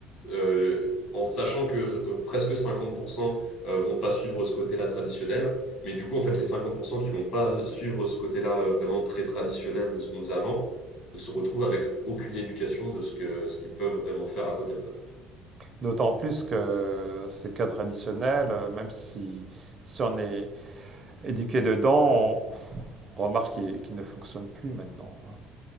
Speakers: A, on the left (about 65°); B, on the right (about 35°).
A: euh, en sachant que euh, presque 50% euh, vont pas suivre ce côté-là traditionnel. Mais du coup, en fait,
B: Mhm.
A: les 50% qui vont pas suivre ce côté-là euh, vraiment très traditionnel de ce qu'on faisait avant, euh, se retrouvent avec aucune éducation de ce que ce qu'ils peuvent vraiment faire à côté, en fait.
B: D'autant plus que ces cadres traditionnels, euh, même si, si on est éduqué dedans, on remarque qu'ils qu'ils ne fonctionnent plus maintenant, hein,